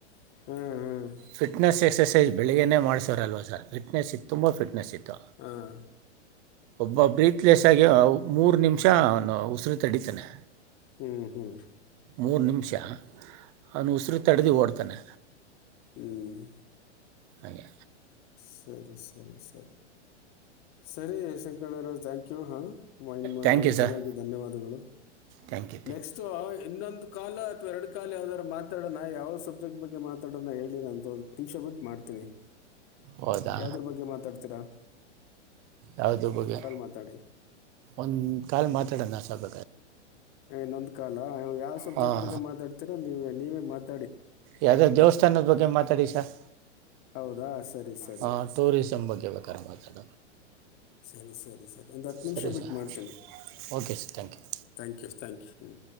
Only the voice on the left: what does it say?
ಹ್ಮ್ ಹ್ಮ್
ಹಾಂ
ಹ್ಮ್ ಹ್ಮ್
ಹ್ಮ್
ಸರಿ ಸರಿ ಸರಿ ಸರಿ ಶಂಕ್ರಣ್ಣನವ್ರೆ ಥಾಂಕ್ ಯು ಹಾ ಮಾ ನಿಮ್ಮ
ಮಾಹಿತಿಗಾಗಿ
ಧನ್ಯವಾದಗಳು
Next
ಆ ಇನ್ನೊಂದು ಕಾಲು ಅಥ್ವಾ ಎರಡು ಕಾಲು ಯಾವ್ದಾರು ಮಾತಾಡಣ ಯಾವ ಸಬ್ಜೆಕ್ಟ್ ಬಗ್ಗೆ ಮಾತಾಡಣ ಹೇಳಿ ನಾನ್ ಒಂದ್ ಹತ್ ನಿಮಿಷ ಬಿಟ್ ಮಾಡ್ತೀನಿ
ಯಾವ್ದ್ರು ಬಗ್ಗೆ ಮಾತಾಡ್ತಿರಾ
ಮಾತಾಡಿ
ಇಏನ್ನೊಂದ್ ಕಾಲ ಯಾವ್ ಸಬ್ಜೆಕ್ಟ್
ಬಗ್ಗೆ ಮಾತಾಡ್ತಿೀರಾ ನೀವ ನೀವೇ ಮಾತ
ಹೌದಾ ಸರಿ ಸರಿ
ಸರಿ ಸರಿ ಸರಿ ಒಂದು ಹತ್ತು ನಿಮಿಷ
ಬಿಟ್ಟು
ಮಾಡ್ತೀನಿ
thank you thank you ಹ್ಮ